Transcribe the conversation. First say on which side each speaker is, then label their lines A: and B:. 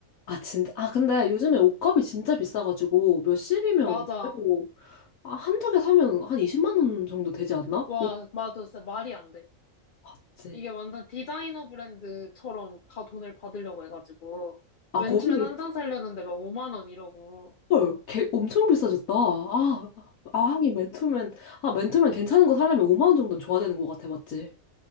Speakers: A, on the left; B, on the left.
A: 아, 진짜. 아, 근데 요즘에 옷값이 진짜 비싸가지고 몇십이면
B: 맞아.
A: 그래도 아, 한두 개 사면 한 20만 원 정도 되지 않나?
B: 와,
A: 오,
B: 맞아. 진짜 말이 안 돼.
A: 맞지.
B: 이게 완전 디자이너 브랜드처럼 다 돈을 받으려고 해가지고.
A: 아,
B: 맨투맨
A: 거기도
B: 한 장 사려는데 막 5만 원 이러고.
A: 헐, 개, 엄청 비싸졌다. 아, 아, 하긴 맨투맨, 아, 맨투맨 괜찮은 거 사려면 5만 원 정도는 줘야 되는 것 같아, 맞지?